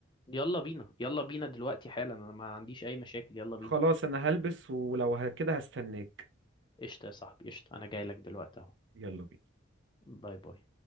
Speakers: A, on the left; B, on the right.
A: يلا بينا يلا بينا دلوقتي حالا انا ما عنديش اي مشاكل يلا بينا
B: خلاص انا هلبس ولو ه- كده هستناك
A: قشطة يا صاحبي قشطة أنا جاي لك دلوقتي أهو
B: يلا بينا
A: باي باي